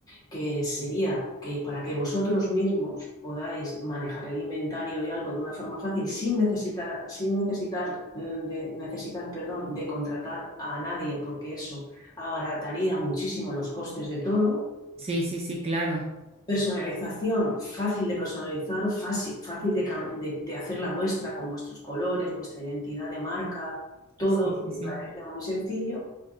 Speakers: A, on the left; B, on the right.
A: que sería que para que vosotros mismos podáis manejar el inventario y algo de una forma fácil sin necesitar, sin necesitar mm, de, necesidad, perdón, de contratar a nadie, porque eso abarataría muchísimo los costes de todo.
B: Sí, sí, sí, claro.
A: Personalización, fácil de personalizar, fácil, fácil de, de- de hacerla vuestra con vuestros colores, vuestra identidad de marca, todo
B: Sí, sí,
A: para
B: sí.
A: que sea muy sencillo.